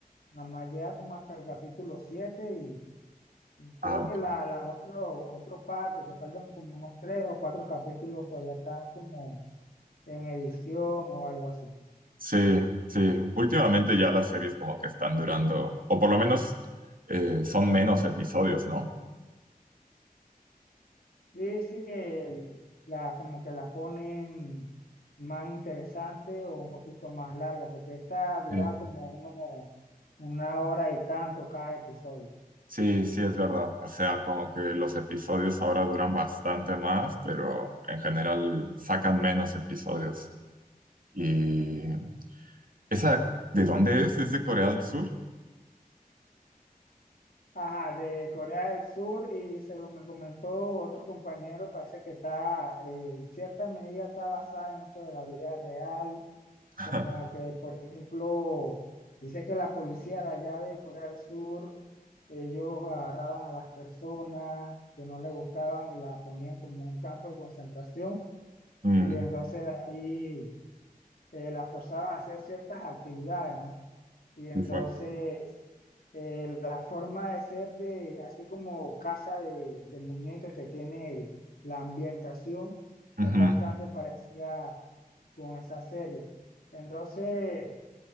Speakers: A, on the left (about 75°); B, on the right (about 65°).
A: nada más llega como hasta el capítulo 7 Creo
B: Ah, ok.
A: que la, las otro, otro par, porque faltan como unos tres o cuatro capítulos, todavía están como en edición o algo así.
B: Sí, sí. Últimamente ya las series como que están durando, o por lo menos eh, son menos episodios, ¿no?
A: Sí, sí, el- la, como que la ponen más interesante o un poquito más larga, porque esta dura
B: Sí.
A: como uno, una hora y tanto cada episodio.
B: Sí, sí, es verdad. O sea, como que los episodios ahora duran bastante más, pero en general sacan menos episodios. Y esa, ¿de dónde es? ¿Es de Corea del Sur?
A: Ajá, de Corea del Sur y según me comentó otro compañero, parece que está, eh, en cierta medida está basada en hechos de la vida real
B: <laughs>
A: Como que, por ejemplo, dice que la policía de allá de Corea del Sur, ellos agarraban a las personas que no les gustaban y la ponían como en un campo de concentración
B: Mm,
A: y entonces de ahí eh, la forzaban a hacer ciertas actividades, ¿no? Y entonces
B: muy fuerte.
A: eh, la forma de ser de, así como casa de, de muñeca que tiene el- la ambientación,
B: Ujú.
A: es bastante parecida con esa serie. Entonces...